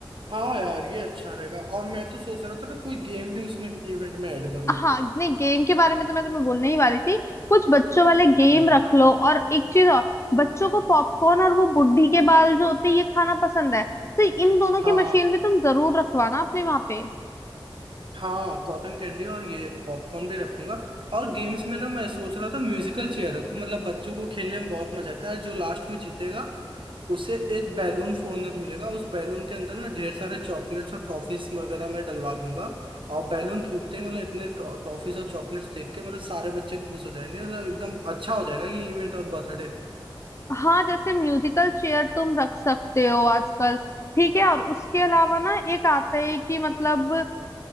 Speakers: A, on the right; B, on the left.
A: हाँ यार ये अच्छा रहेगा और मैं तो सोच रहा था ना कोई गेम भी उसमें इवेंट में ऐड करूँ
B: हाँ नहीं गेम के बारे में तो मैं तुम्हें बोलने ही वाली थी कुछ बच्चों वाले गेम
A: हम्म
B: रख लो और एक चीज और बच्चों को पॉपकॉर्न और वो बुढ़ी के बाल जो होते हैं ये खाना पसंद है तो इन दोनों की
A: हाँ
B: मशीन भी तुम जरूर रखवाना अपने वहां पे
A: हाँ कॉटन कैंडी और ये पॉपकॉर्न भी रखूंगा और गेम्स में ना मैं सोच रहा था म्यूजिकल चेयर रखूं मतलब बच्चों को खेलने में बहुत मजा आता है जो लास्ट में जीतेगा उसे एक बैलून फोड़ने को मिलेगा उस बैलून के अंदर ना ढेर सारे चॉकलेट्स और टॉफीज वगैरह मैं डलवा दूंगा और बैलून फूटते ही मतलब इतने टॉ- टॉफीज और चॉकलेट्स देख के मतलब सारे बच्चे खुश हो जाएंगे मतलब एकदम अच्छा हो जाएगा ये इवेंट और बर्थडे
B: हाँ जैसे म्यूजिकल चेयर तुम रख सकते हो आजकल ठीक है और उसके अलावा ना एक आता है कि मतलब